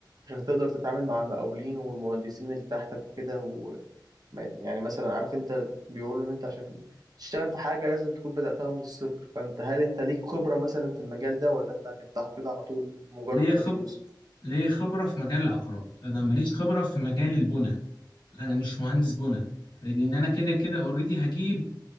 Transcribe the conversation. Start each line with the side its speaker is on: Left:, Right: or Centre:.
Right: عشان تقدر تتعامل مع المقاولين والمهندسين اللي تحتك وكده و... ما- يعني مثلا عارف انت بيقولوا ان انت عشان تشتغل في حاجة لازم تكون بدأتها من الصفر فانت هل انت ليك خبرة مثلا في المجال ده ولا انت هتفتحه كده على طول مجرد
Left: ليه خب...
Right: بفلوس
Left: ليه خبرة في مجال العقارات أنا ماليش خبرة في مجال البنى أنا مش مهندس بنى لأن أنا كده كده أوريدي هجيب